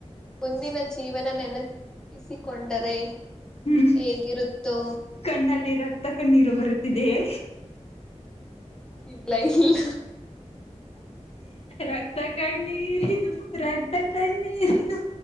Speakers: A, in the centre; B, on the left.
A: ಮುಂದಿನ ಜೀವನ ನೆನಪಿಸಿಕೊಂಡರೆ.
B: ಹ್ಮ್
A: ಹೇಗಿರುತ್ತೋ.
B: ಕಣ್ಣಲ್ಲಿ ರಕ್ತ ಕಣ್ಣೀರು ಬರತ್ ತಿದೆಯೇ.
A: ಇಲ್ಲ ಇಲ್ಲ
B: ರಕ್ತ ಕಣ್ಣೀರ ಇದು ರಕ್ತ ಕಣ್ಣೀರ ಇದು.